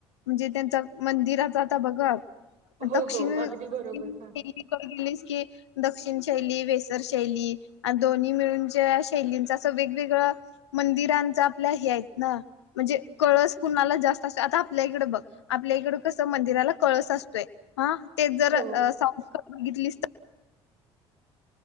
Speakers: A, on the left; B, on the right.
A: म्हणजे त्यांच मंदिराच आता बघा
B: हो
A: दक्षिण
B: हो अगदी बरोबर
A: दिल्लीकडे
B: हा
A: गेले. कि दक्षिण शैली वेसर शैली दोन्ही मिळूनच्या शैलींचा अस वेगवेगळ मंदिरांचा आपल्या हे आहेत ना म्हणजे कळस कुणाला जास्त असतो आता आपल्या इकड बघ आपल्या इकड कस मंदिराला कळस असतो. य हा. ते जर
B: हो
A: घितलीस